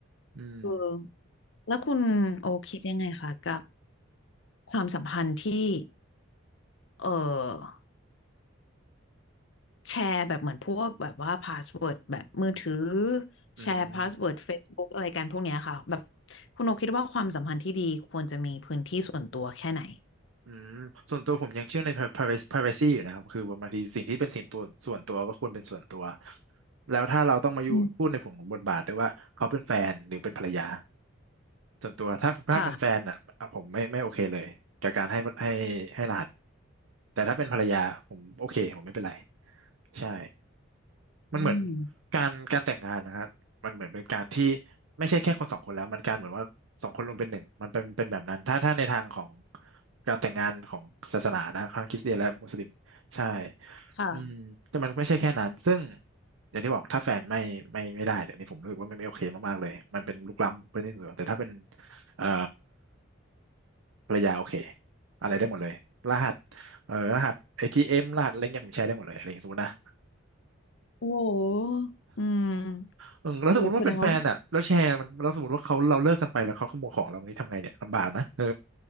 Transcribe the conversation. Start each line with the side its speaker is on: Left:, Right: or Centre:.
Right: อืม
Left: เออแล้วคุณโอคิดยังไงคะกับความสัมพันธ์ที่เออ แชร์แบบเหมือนพวกแบบว่าพาสเวิร์ดแบบมือถือ
Right: อืม
Left: แชร์พาสเวิร์ด Facebook อะไรกันพวกเนี้ยค่ะแบบคุณโอคิดว่าความสัมพันธ์ที่ดีควรจะมีพื้นที่ส่วนตัวแค่ไหน
Right: อืมส่วนตัวผมยังเชื่อใน privacy privacy อยู่นะครับคือแบบบางทีสิ่งที่เป็นสิ่งตัวส่วนตัวก็ควรเป็นส่วนตัว แล้วถ้าเราต้องมาอยู่พูดในผงของบทบาทด้วยว่าเขาเป็นแฟนหรือเป็นภรรยา
Left: อืม
Right: ส่วนตัวถ้าถ้าเป็นแฟนอ่ะอ่ะผมไม่ไม่โอเคเลยกับการให้ให้ให้รหัส
Left: ค่ะ
Right: แต่ถ้าเป็นภรรยาผมโอเคผมไม่เป็นไรใช่ มันเหมือน
Left: อืม
Right: การการแต่งงานนะฮะมันเหมือนเป็นการที่ไม่ใช่แค่คนสองคนแล้วมันการเหมือนว่าสองคนรวมเป็นหนึ่งมันเป็นเป็นแบบนั้นถ้าถ้าในทางของการแต่งงานของศาสนานะทั้งคริสเตียนและมุสลิมใช่
Left: ค่ะ
Right: อืมแต่มันไม่ใช่แค่นั้นซึ่งอย่างที่บอกถ้าแฟนไม่ไม่ไม่ได้เลยนี่ผมรู้สึกว่ามันไม่โอเคมากๆเลยมันเป็นลุกล้ำเป็นที่เหนือแต่ถ้าเป็นเอ่อภรรยาโอเคอะไรได้หมดเลยรหัสเอ่อรหัสเอทีเอ็มรหัสอะไรเงี้ยผมใช้ได้หมดเลยอะไรอย่างเงี้ยสมมตินะ
Left: โอ้โหอืม
Right: เออแล้วสมมติว่าเป็นแฟนอ่ะแล้วแชร์มันแล้วสมมติว่าเขาเราเลิกกันไปแล้วเขาขโมยของเรานี้ทำไงเนี่ยลำบากนะเออ
Left: โอ้แสดงว่าแบบ